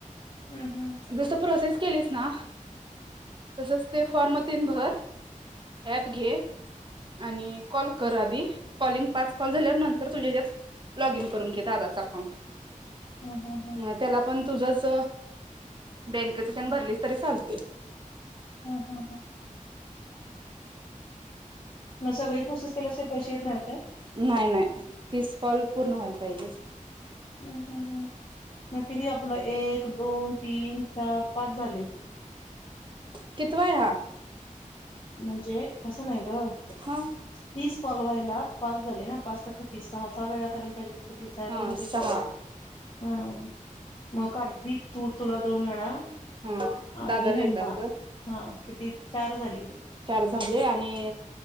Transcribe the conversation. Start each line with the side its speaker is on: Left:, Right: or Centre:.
Left: हम् हम्.
Right: जसं प्रोसेस केलीस ना तसच ते फॉर्म तेन भर ऍप घे आणि कॉल कर आधी कॉलिंग पाच कॉल झाल्यावर नंतर तुझ्या ह्याज्यात लॉग इन करून घे दादाच अकाउंट.
Left: हम हम हं.
Right: मग त्याला पण तुझंच बँकेच त्यान भरलीस तरी चालते.
Left: ह हम ह. म सगळी प्रोसेस केल्या अस पैसे येत नाहीते्.
Right: नाही नाही तीस कॉल पूर्ण व्हायला पाहिजे
Left: हम् हम् हम्. मग किती आपलं एक दोन तीन चार पाच झाले.
Right: कितवा आहे हा.
Left: म्हणजे आसं नाही ग.
Right: हम.
Left: तीस कॉल व्हायला पास झाले ना पाच सख तीस सहा चा वेळा करायला पाहिजे. किती सहा
Right: हा
Left: पंचे
Right: सहा
Left: तीस. हा मग करती तू तुला दोन वेळा.
Right: हा
Left: आणि
Right: दादाला
Left: ह्यांला
Right: एकदा कर
Left: हा किती चार झाले.
Right: चार झाले आणि